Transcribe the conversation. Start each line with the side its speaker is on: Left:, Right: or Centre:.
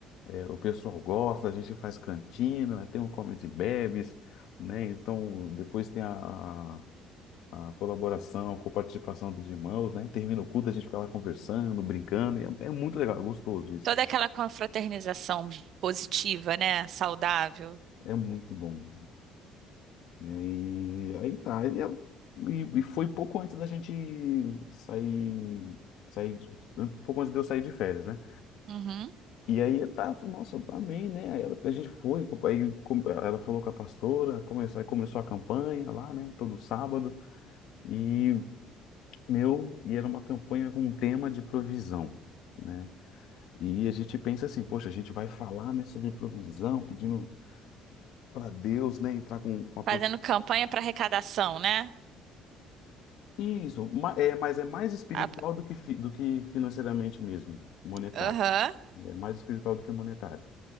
Left: é, o pessoal gosta, a gente faz cantina, né, tem o comes e bebes, né, então depois tem a, a, a colaboração, com a participação dos irmãos, né, termina o culto, a gente fica lá conversando, brincando, e é, é muito legal, é gostoso isso.
Right: Toda aquela confraternização positiva, né? Saudável.
Left: É muito bom. né? E aí tá. E, eu- e- e foi pouco antes da gente sair, sair, de- um pouco antes de eu sair de férias, né?
Right: Uhum.
Left: E aí eu tava, nossa, amei, né? Aí ela- a gente foi, aí com- ela falou com a pastora, começou, aí começou a campanha lá, né? Todo sábado. E meu, e era uma campanha com um tema de provisão, né? E a gente pensa assim, poxa, a gente vai falar, né, sobre provisão, pedindo para Deus, né, entrar com, com a
Right: Fazendo campanha pra arrecadação, né?
Left: Isso, ma- é, mas é mais espiritual
Right: A-
Left: do que, fi- do que financeiramente mesmo, monetário.
Right: Aham.
Left: É mais espiritual do que monetário.